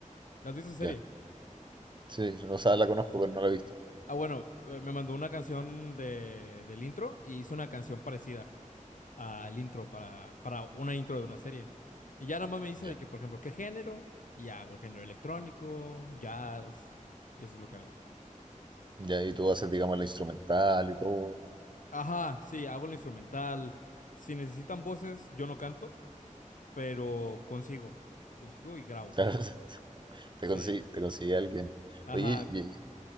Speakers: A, on the left; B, on the right.
A: has visto esa serie?
B: ya, sí, o sea, la conozco, pero no la he visto.
A: Ah, bueno, eh, me mandó una canción de, del intro y hizo una canción parecida al intro para, para una intro de una serie. Y ya nada más me dice
B: Ya,
A: de que, por ejemplo, ¿qué género? Y ya hago el género electrónico, jazz, y eso es lo que hago.
B: ya, y tú haces, digamos, la instrumental y todo.
A: Ajá, sí, hago el instrumental. Si necesitan voces, yo no canto, pero consigo, consigo y grabo.
B: Claro, <laughs> te
A: Sí.
B: consigue, te consigue alguien.
A: Ajá,
B: Oye, y,